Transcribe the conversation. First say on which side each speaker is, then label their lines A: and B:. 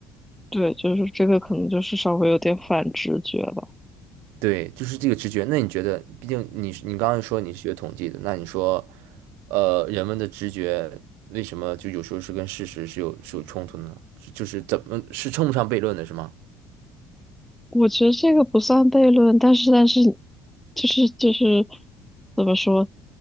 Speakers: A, in the centre; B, on the right.
A: 对，就是这个可能就是稍微有点反直觉吧。
B: 对，就是这个直觉。那你觉得，毕竟你是你刚刚说你是学统计的，那你说呃，人们的直觉为什么就有时候是跟事实是有是有冲突呢？是就是怎么是称不上悖论的，是吗？
A: 我觉得这个不算悖论，但是但是就是就是怎么说，